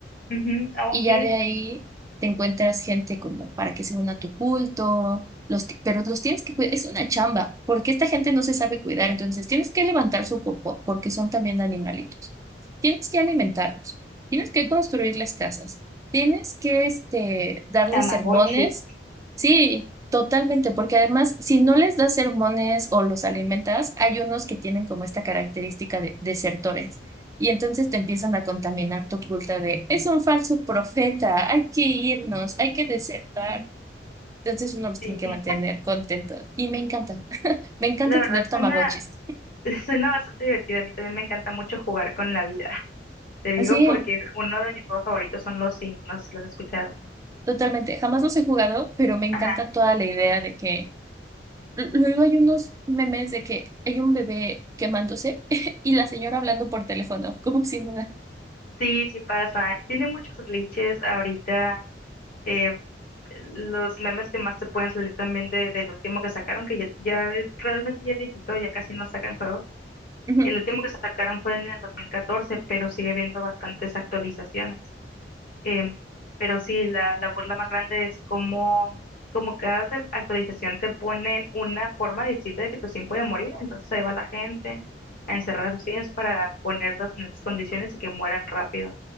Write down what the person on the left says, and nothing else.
Ujú, ah,
ok,
Tamagotchis.
Sí,
la verdad
suena,
<laughs> suena bastante divertido. A mí también me encanta mucho jugar con la vida. Te digo
porque uno de mis juegos favoritos son los Sims, no sé si los has escuchado.
Ajá,
sí, sí pasa. Tiene muchos glitches ahorita. em, los memes que más te pueden salir también de, del último que sacaron, que ya, ya es- realmente ya es viejito, ya casi no sacan juegos.
El último que sacaron fue en el 2014 pero sigue habiendo bastantes actualizaciones. Em, pero sí, la, la burla más grande es cómo, como cada te- actualización te ponen una forma distinta de que tu sim puede morir. Entonces ahí va la gente a encerrar a sus sims para ponerlos en esas condiciones y que mueran rápido.